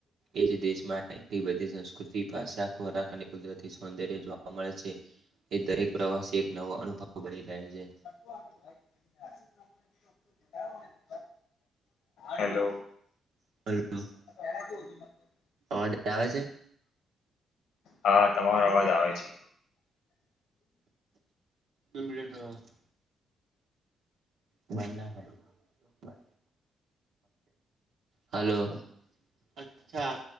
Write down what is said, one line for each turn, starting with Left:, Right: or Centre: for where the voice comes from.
Right: એ જ દેશમાં એટલી બધી સંસ્કૃતિ ભાષા ખોરાક અને કુદરતી સૌંદર્ય જોવા મળે છે એ દરેક પ્રવાસી એક નવો અનુભવ બની ગયા છે
Left: <inaudible> હલો
Right: <unintelligible>
Left: <inaudible>
Right: <unintelligible> આવે છે
Left: હા તમારો અવાજ આવે છે
Right: મિટ <unintelligible> બંને ને હાલો અચ્છા